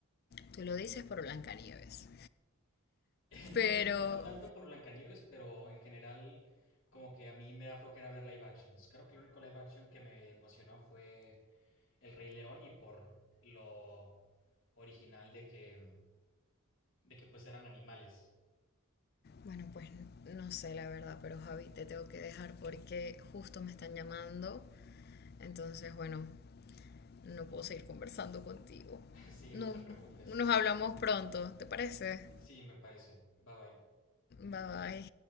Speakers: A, on the left (about 45°); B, on the left (about 60°).
A: Tú lo dices por Blancanieves.
B: <laughs> no
A: Pero,
B: tanto por Blancanieves, pero en general como que a mí me da flojera ver live actions. Creo que el único live action que me emocionó fue El Rey León y por lo original de que de que pues eran animales.
A: bueno, pues no sé la verdad, pero Javi, te tengo que dejar porque justo me están llamando. Entonces, bueno, no puedo seguir conversando contigo.
B: <laughs> sí,
A: No,
B: no te preocupes.
A: nos hablamos pronto, ¿te parece?
B: Sí, me parece. Bye bye.
A: Bye bye.